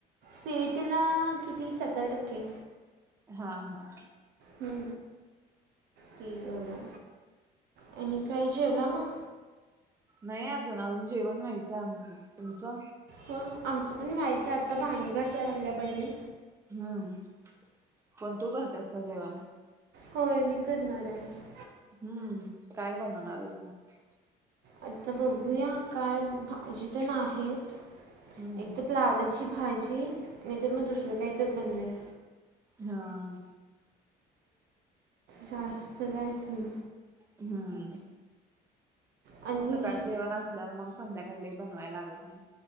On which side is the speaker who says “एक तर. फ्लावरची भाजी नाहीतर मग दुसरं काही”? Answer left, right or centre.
Right